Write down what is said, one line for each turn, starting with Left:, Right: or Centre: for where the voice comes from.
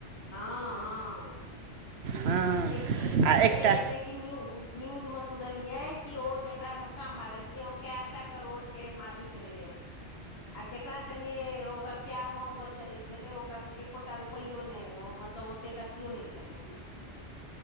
Left: हँ हँ
Right: हँ
Left: जे कि
Right: आ
Left: जे
Right: एकटा
Left: जे कि न्यू न्यूज मे सुनलियै कि ओ जेकरा धक्का मारलकै ओ कै सै करोड़ केँ मालिक रहै। आ जकरा संगे ओकर प्यार मोहब्बत चलै छलै ओकरा एकोटा रुपैयो नै आ मतलब ओतेक अथियो नै छलै